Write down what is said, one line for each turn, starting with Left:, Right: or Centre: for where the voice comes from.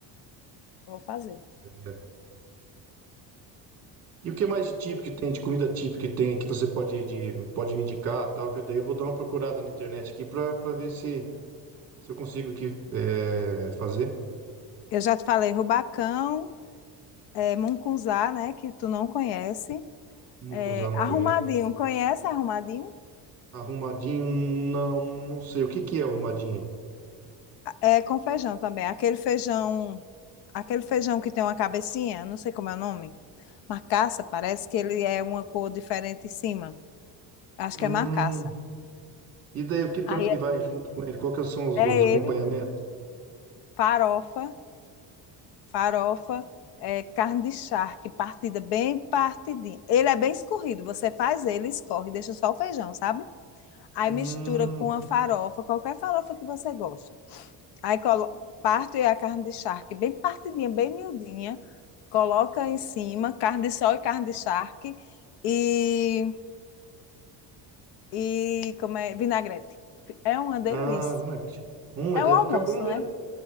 Left: Vou fazer.
Right: É. E o que mais de típico que tem, de comida típica que tem, que você pode, de, pode me indicar, tal, que eu daí eu vou dar uma procurada na internet aqui pra, pra ver se, se eu consigo aqui, é, fazer.
Left: Eu já te falei Rubacão, é, Mungunzá, né, que tu não conhece.
Right: Nunca
Left: É,
Right: usar, não
Left: arrumadinho,
Right: conheço.
Left: conhece arrumadinho?
Right: Arrumadinho, não, não, não sei. O que que é arrumadinho?
Left: É com feijão também. Aquele feijão, aquele feijão que tem uma cabecinha, não sei como é o nome. Macaça, parece que ele é uma cor diferente em cima. Acho
Right: Hum,
Left: que é macaça.
Right: e daí o que tanto
Left: Aí
Right: que
Left: é
Right: vai junto com ele? Qual que são os,
Left: é
Right: os acompanhamentos?
Left: ele, farofa, farofa, é, carne de charque, partida bem partidinha. Ele é bem escorrido, você faz ele, escorre, deixa só o feijão, sabe? Aí
Right: Hum,
Left: mistura com a farofa, qualquer farofa que você gosta. Aí colo- parto e a carne de charque bem partidinha, bem miudinha, coloca em cima carne de sol e carne de charque e, e como é, vinagrete. É uma delícia.
Right: ah, não, gente. hum, mas
Left: É
Right: deve
Left: um almoço,
Right: ficar bom mesmo.
Left: né?